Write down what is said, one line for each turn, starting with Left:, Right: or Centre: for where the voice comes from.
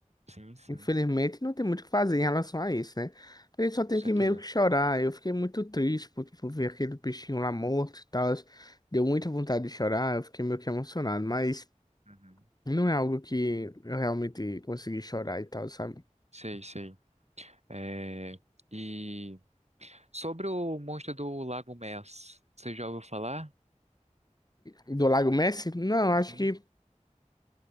Right: Sim, sim,
Left: Infelizmente, não tem muito o que fazer em relação a isso, né? A gente só tem
Right: com certeza.
Left: que meio que chorar. Eu fiquei muito triste por, por ver aquele peixinho lá morto e tal. Deu muita vontade de chorar, eu fiquei meio que emocionado, mas
Right: Uhum.
Left: não é algo que eu realmente consegui chorar e tal, sabe?
Right: Sei, sei. É... E sobre o monstro do Lago Mers, você já ouviu falar?
Left: Do Lago Messi? Não, acho
Right: Sim.
Left: que o